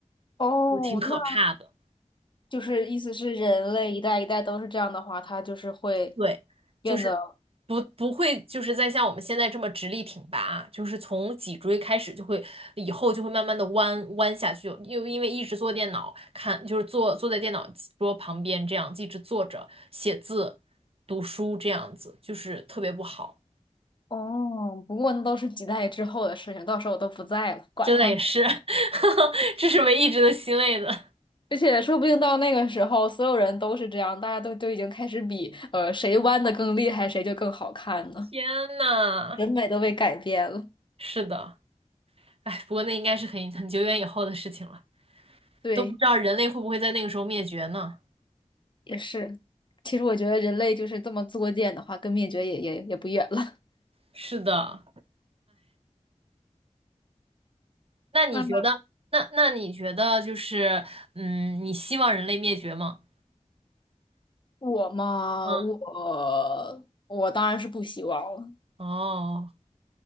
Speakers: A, on the left (about 40°); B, on the right (about 50°).
A: 哦，
B: 就挺可怕的。
A: 那就是意思是人类一代一代都是这样的话，它就是会
B: 对，
A: 变得
B: 就是不不会就是再像我们现在这么直立挺拔啊，就是从脊椎开始就会，以后就会慢慢的弯弯下去，又因为一直坐电脑看，就是坐坐在电脑桌旁边这样一直坐着写字、读书这样子，就是特别不好，
A: 哦。不过那都是几代之后的事情，到时候我都不在了，管他。
B: 真的也是，<laughs> 这是唯一值得欣慰的。
A: 而且说不定到那个时候，所有人都是这样，大家都都已经开始比，呃，谁弯的更厉害，谁就更好看呢？
B: 天呐，
A: 审美都被改变了。
B: 是的，哎，不过那应该是很很久远以后的事情了，
A: 对，
B: 都不知道人类会不会在那个时候灭绝呢？
A: 也是。其实我觉得人类就是这么作贱的话，跟灭绝也也也不远了。
B: 是的。那你觉得，
A: <laughs> 那
B: 那那你觉得就是，嗯，你希望人类灭绝吗？
A: 我嘛，
B: 嗯，
A: 我我当然是不希望了。
B: 哦，